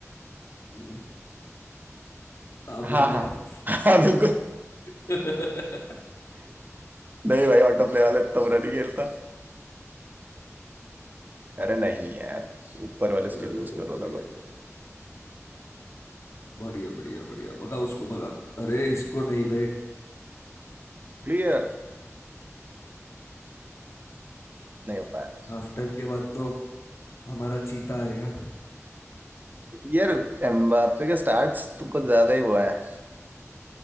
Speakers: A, on the left; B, on the right.
A: हम्म, आप
B: हाँ
A: लग
B: हाँ
A: रहे हैं।
B: <laughs> हाँ बिल्कुल
A: <laughs>
B: नहीं भाई ऑटो प्ले वाले तो बुरा नहीं खेलता अरे नहीं यार ऊपर वाले उसके
A: अरे
B: लिए यूज कर रहा
A: बढ़िया
B: था पर
A: बढ़िया बढ़िया बढ़िया भगा उसको भगा अरे इसको नहीं बे
B: क्लियर नहीं हो पाया
A: हाफ टाइम के बाद तो हमारा चीता आएगा
B: यार एम्बाप्पे का स्टार्ट्स तो कुछ ज्यादा ही हुआ है